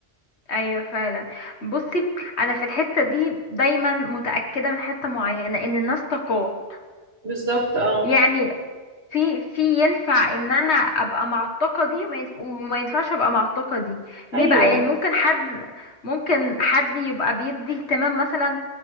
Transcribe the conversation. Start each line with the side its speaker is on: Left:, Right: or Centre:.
Left: ايوه فعلا بصي انا في الحته دي دايما متاكده من حته معينه ان الناس طاقات
Right: بالظبط اه
Left: يعني في في ينفع ان انا ابقى مع الطاقه دي وما ينف- وما ينفعش ابقى مع الطاقه دي ليه
Right: ايوه
Left: بقى يعني ممكن حد ممكن حد يبقى بيدي اهتمام مثلا